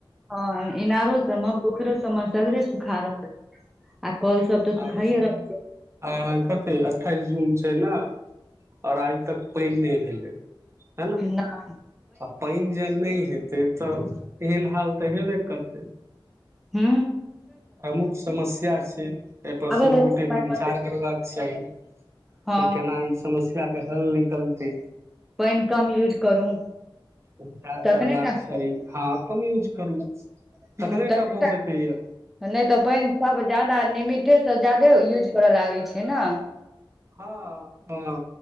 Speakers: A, in the centre; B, on the right.
A: हँ इनारो सबमे पोखरो सबमे सगरे सुखा रहल आ कल सब तऽ सुखाइये
B: आइ जून
A: रहल छै
B: आइ आहाँ कते अठाइस जून छै ने ओर आइ तक पैन नहि भेलै है ने
A: नहि
B: आ पैन जे नहि हेतै तऽ एहन हाल तऽ हेबे करतै
A: हू
B: प्रमुख समस्या छै एहिपर
A: आबै
B: सभगोटेके
A: वला समय
B: विचार
A: मे तऽ
B: करबाक चाही त
A: हँ
B: केना ई समस्या के हल निकलतै
A: पैन कम यूज करू
B: उपचार
A: तखने
B: करबाक
A: टा
B: छै हँ कम यूज करू
A: ह
B: तखने
A: त
B: टा
A: नहि
B: भऽ
A: तऽ
B: सकैया
A: नै त पैन सब जदा निमितटे त जादे यूज करऽ लागै छै ने
B: हँ ह ह